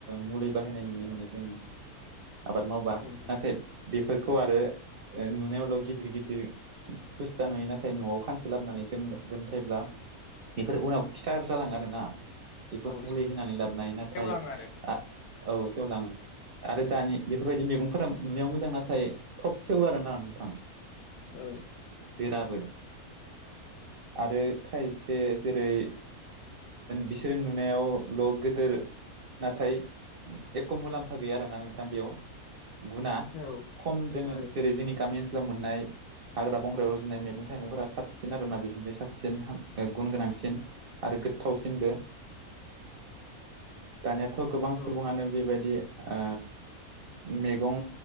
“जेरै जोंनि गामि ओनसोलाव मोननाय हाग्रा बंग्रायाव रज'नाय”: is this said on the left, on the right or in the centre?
Right